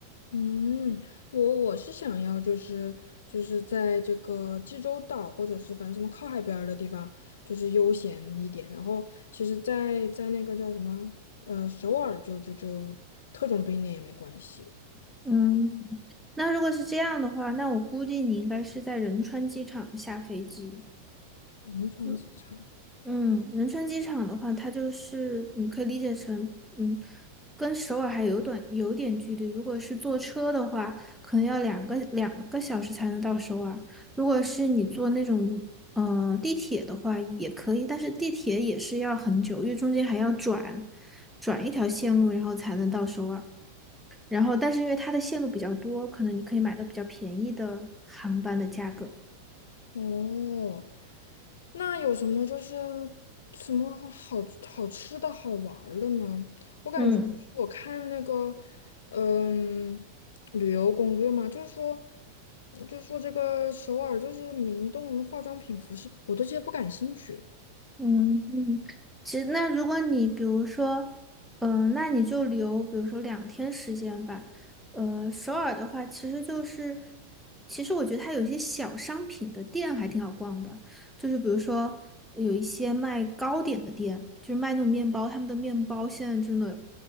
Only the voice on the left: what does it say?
嗯，我我是想要就是就是在这个济州岛或者是反正什么靠海边儿的地方，就是悠闲一点。然后其实在，在那个叫什么呃首尔就就就特种兵一点也没关系，
仁川机场。
哦，那有什么就是什么好好好吃的好玩儿的呢？我感觉就是我看那个，
嗯，旅游攻略嘛，就是说，就是说这个首尔就是明洞化妆品、服饰，我对这些不感兴趣。